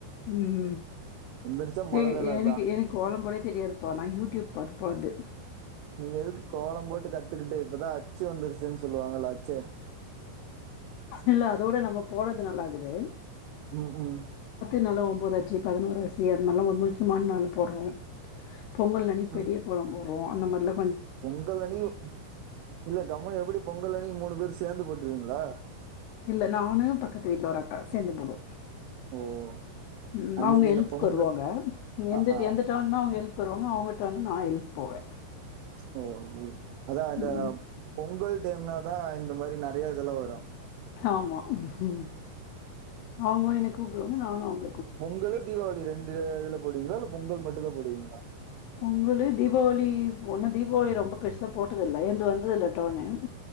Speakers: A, on the left; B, on the right.
A: ம் ம்
B: எந்திரிச்சா மொத
A: ஏ
B: வேல
A: எனக்கு
B: அதா
A: எனக்கு கோலம்போடவே தெரியாது பா நா யூட்யூப் பாத்து போறது
B: நீங்க எதுக்கு கோலம் போட்டு கத்துக்கிட்டு இப்பதா அச்சு வந்துருச்சுன்னு சொல்லுவாங்கள அச்சு
A: இல்ல அதோட நம்ம போட்றது நல்லாக்குது
B: ம் ம்
A: முன்னலா ஒன்போதாச்சு பதுனோராச்சு அதுமார்லா ஒரு முக்கியமான நாளு போட்றோ பொங்கல் அன்னைக்கு
B: ம்.
A: பெரிய கோலம் போடுவோ அந்த மார்லா
B: பொங்கல் அன்னைக்கு இல்ல கம்முனு எப்டி பொங்கல் அன்னைக்கு மூணு பேரு சேந்து போட் ருவீங்ளா
A: இல்ல நானு பக்கத்து வீட்ல ஒரு அக்கா சேந்து போடுவோ
B: ஓ
A: ம்
B: அன்னைக்கு
A: அவுங்க ஹெல்ப்க்கு
B: இந்த பொங்கு
A: வருவாங்க
B: ஆ
A: எந்தட்
B: ஆ
A: எந்த டேன்னா அவுங்க ஹெல்ப்க்கு வருவாங்க அவுங்க டேன்னா நா ஹெல்ப் போவே
B: ஓ அதுனாலே அதா இந்த
A: ம்
B: பொங்கல் டேம்னா தா இந்த மாரி நெறையா செலவு வரு
A: ஆமா ம் அவுங்க வந்து என்ன கூப்டுவாங்க நானு அவுங்க
B: பொங்கலு தீபாவளி ரெண்டு அ இதுல போடுவீங்களா இல்ல பொங்கல் மட்டுந்தா போடுவீங்களா
A: பொங்கலு தீபாவளி போன தீபாவளி ரொம்ப பெருசா போட்டதில்ல என்ந்து வந்ததுல்ல டேன்னு